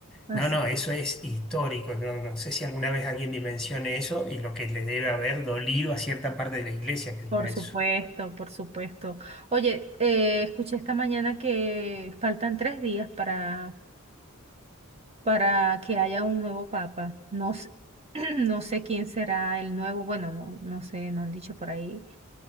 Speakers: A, on the right; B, in the centre.
A: así.
B: no, no, eso es histórico. No, no sé si alguna vez alguien dimensione eso y lo que le debe haber dolido a cierta parte de la iglesia que diga
A: Por supuesto,
B: eso.
A: por supuesto. Oye, eh, escuché esta mañana que faltan tres días para, para que haya un nuevo papa. No, s- <clears throat> no sé quién será el nuevo, bueno, no, no sé, no han dicho por ahí.